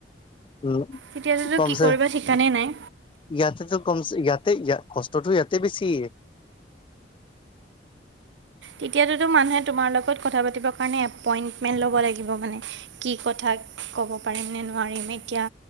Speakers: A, on the left; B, on the right.
A: উ
B: তেতিয়াতোতো
A: কমছে
B: কি কৰিবা ঠিকানে নাই
A: গতেটো কম গ ইয়াতে ইয়াত কষ্টটো ইয়াতে বেছি।
B: তেতিয়াততো মানুহে তোমাৰ লগত কথা পাতিব কাৰণে এপইণ্টমেণ্ট ল'ব লাগিব মানে। কি কথা ক'ব পাৰিম নে নোৱাৰিম এতিয়া